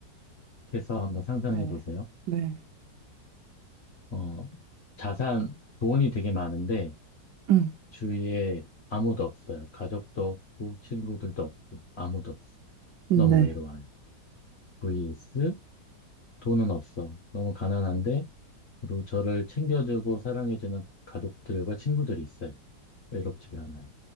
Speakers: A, on the left (about 45°); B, on the right (about 75°).
A: 생각해서 한번 상상해
B: 네.
A: 보세요.
B: 네.
A: 어, 자산, 돈이 되게 많은데,
B: 음,
A: 주위에 아무도 없어요. 가족도 없고, 친구들도 없고, 아무도 없어.
B: 네.
A: 너무 외로워요. vs 돈은 없어. 너무 가난한데, 그리고 저를 챙겨주고 사랑해주는 가족들과 친구들이 있어요. 외롭지가 않아요.